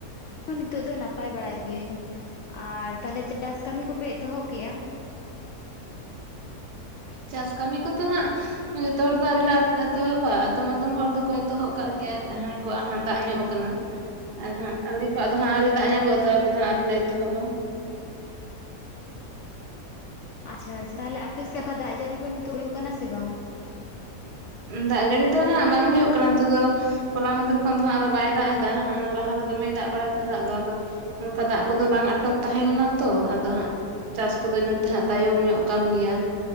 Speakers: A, on the left; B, on the right.
A: ᱱᱤᱛᱚᱜ ᱫᱚ ᱱᱟᱯᱟᱭ ᱵᱟᱲᱟ ᱜᱤᱭᱟᱹᱧ᱾ ᱟᱨ ᱛᱟᱦᱞᱮ ᱪᱟᱥ ᱠᱟᱹᱢᱤ ᱠᱚᱯᱮ ᱮᱛᱚᱦᱚᱵ ᱠᱮᱜᱼᱟ?
B: ᱪᱟᱥ ᱠᱟᱹᱢᱤ ᱠᱚᱫᱚ ᱦᱟᱸᱜ ᱡᱚᱛᱚ ᱦᱚᱲ ᱫᱚ ᱟᱹᱣᱨᱤ ᱞᱮ ᱮᱛᱚᱦᱚᱵᱟ᱾ ᱟᱫᱚᱢ ᱟᱫᱚᱢ ᱦᱚᱲ ᱫᱚᱠᱚ ᱮᱛᱚᱦᱚᱵ ᱠᱟᱜ ᱜᱮᱭᱟ᱾ ᱡᱟᱦᱟᱸᱭ ᱠᱚᱣᱟᱜ ᱦᱟᱸᱜ ᱫᱟᱜ ᱧᱚᱜ ᱟᱠᱟᱱᱟ᱾ ᱟᱨ ᱦᱟᱸᱜ ᱟᱞᱮ ᱠᱚᱣᱟᱜ ᱫᱚ ᱦᱟᱸᱜ ᱟᱣᱨᱤ ᱫᱟᱜ ᱧᱚᱜᱚ ᱛᱟᱞᱮ ᱫᱚ ᱦᱟᱸᱜ ᱟᱹᱣᱨᱤ ᱞᱮ ᱮᱛᱚᱦᱚᱵᱟ᱾
A: ᱟᱪᱪᱷᱟ ᱟᱪᱪᱷᱟ ᱛᱟᱦᱚᱞᱮ ᱟᱯᱮ ᱥᱮᱫ ᱫᱟᱜ ᱡᱟᱹᱲᱤ ᱠᱚ ᱱᱤᱛᱳᱜ ᱦᱩᱭᱩᱜ ᱠᱟᱱᱟ ᱥᱮ ᱵᱟᱝ?
B: ᱫᱟᱜ ᱡᱟᱹᱲᱤ ᱫᱚ ᱦᱟᱸᱜ ᱵᱟᱝ ᱦᱩᱭᱩᱜ ᱠᱟᱱᱟ᱾ ᱱᱤᱛᱚᱜ ᱫᱚ ᱦᱚᱞᱟ ᱢᱟᱫᱷᱮᱨ ᱠᱷᱚᱱ ᱫᱚ ᱦᱟᱸᱜ ᱟᱫᱚ ᱵᱟᱭ ᱫᱟᱜ ᱮᱫᱟ᱾ ᱚᱱᱟ ᱞᱟᱦᱟ ᱫᱚ ᱫᱚᱢᱮᱭ ᱫᱟᱜ ᱵᱟᱲᱟᱭ ᱠᱮᱫᱟ ᱫᱟᱜ ᱫᱚ᱾ ᱟᱫᱚ ᱚᱝᱠᱟ ᱫᱟᱜ ᱠᱚᱫᱚ ᱵᱟᱝ ᱟᱴᱚᱠ ᱛᱟᱦᱮᱸ ᱞᱮᱱᱟ ᱛᱚ ᱟᱫᱚ ᱦᱟᱸᱜ ᱪᱟᱥ ᱠᱚᱫᱚ ᱤᱱᱟᱹ ᱛᱮ ᱦᱟᱸᱜ ᱛᱟᱭᱚᱢ ᱧᱚᱜ ᱠᱟᱱ ᱜᱮᱭᱟ᱾